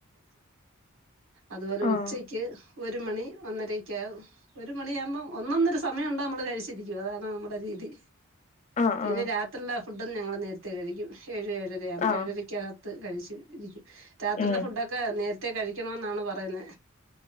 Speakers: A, on the right (about 70°); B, on the left (about 35°).
A: അതുപോലെ
B: ആഹ്
A: ഉച്ചക്ക് ഒരു മണി ഒന്നരയ്ക്കകും ഒരു ഒരു മണിയാകുമ്പോ ഒന്നൊന്നൊരു സമയമ ഉണ്ടോ നമ്മൾ കഴിച്ചിരിക്കും അതാണ് നമ്മുടെ രീതി
B: ആഹ്
A: പിന്നെ
B: ആഹ്
A: രാത്രില് അ ഫുഡും ഞങ്ങള് നേരത്തെ കഴിക്കും ഴ് ഏഴരയാഉമ്പോ
B: ആഹ്
A: ഏഴരക്കാ ത്ത് കഴിച്ചു ഇരിക്കും രാത്രിയിലെ
B: ഉം
A: ഫുഡൊക്കെ നേരത്തെ കഴി ക്ക്യണംന്നാണ് പറയുന്നേ